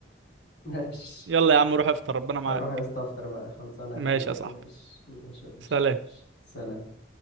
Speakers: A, on the left (about 75°); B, on the right (about 80°).
A: <laughs> ماشي
B: يلا يا عم روح افطر ربنا معاك
A: هروح يا اسطى افطر بقى خلصانه
B: ماشي
A: يا حبيبي
B: يا صاحبي
A: ماشي ماشي يا باشا.
B: سلام
A: سلام